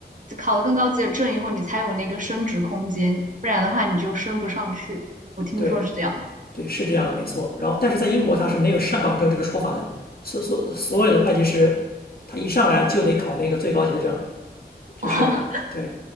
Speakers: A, on the right; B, on the left.
A: 考了更高级的证以后，你才有那个升职空间，不然的话你就升不上去。我听说是这样的。
B: 对对是这样的没错，然后但是在英国它是没有上岗证这个说法的，所所所有的会计师他一上来就得考那个最高级的证，
A: <laughs>
B: 就是对，
A: 哦